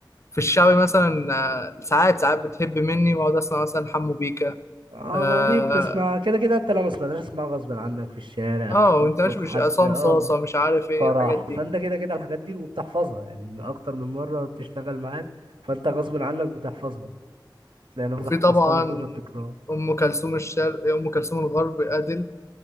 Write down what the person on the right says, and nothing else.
اه
ما دي بتسمع كده كده انت لو ما سمعتهاش تسمعها غصب عنك في الشارع
في التوك
توك
حد
اه
فرح
فانت كده كده الحاجات دي وبتحفظها يعني اكتر من مرة بتشتغل معاك فانت غصب عنك بتحفظها تلاقي نفسك
حفظتها
من كتر التكرار